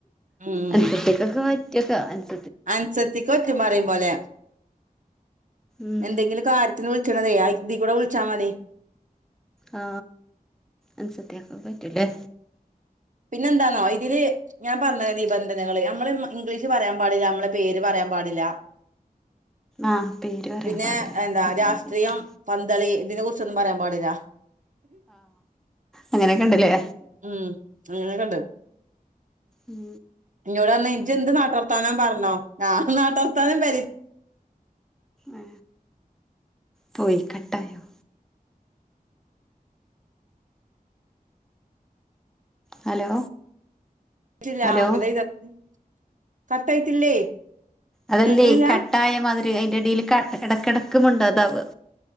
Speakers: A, on the right (about 55°); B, in the centre.
A: ഉം
B: എന്നട്ടേക്കൊക്കെറ്റ <unintelligible>
A: അൻസത്തിക്ക് പറ്റു മറയും പോലെ
B: ഉം
A: എന്തെങ്കിലും കാര്യത്തിന് വിൾ ച്ച്ണതെ ആ ഇതി കുടെവിളിച്ചാ മതി
B: ആ അൻസത്ത്യാക്ക് പറ്റും ലെ
A: പിന്നെ എന്താന്നോ ഇതില് ഞാൻ പറഞ്ഞാ നിബന്ധനകള് അമ്മള് മ ഇംഗ്ലീഷ് പറയാൻ പാടില്ലാ അമ്മള് പേര് പറയാൻ പാടില്ല
B: ആഹ് പേര് പറയാൻ
A: പിന്നെ
B: പാടില്ല
A: എന്താ
B: അങ്ങനെ
A: രാഷ്ട്രീയം
B: കേട്ടു
A: പ <unintelligible> ഇതിനെ കുറി ഇപ്പം ഒന്നും പറയാൻ പാടില്ല
B: അങ്ങനെക്കെ ണ്ടല്ലേ
A: ഉം അങ്ങനെക്കൊണ്ട്
B: ഉം
A: എന്നൊട് പറഞ്ഞ് ഇജ് എന്ത് നാട്ടാർത്താനും പറഞ്ഞോ ആ നാട്ടാർത്താനും പെ
B: ആ പോയി കട്ടായോ ഹലോ
A: <unintelligible>
B: ഹലോ
A: കട്ടായിട്ടില്ലേ
B: അതല്ലോ
A: കേൾക്കണില്ല
B: കട്ടായാമാതിരി അയിന്റെ എടെല് ക എടക്ക് എടക്ക് മുണ്ടാതാവ്യാ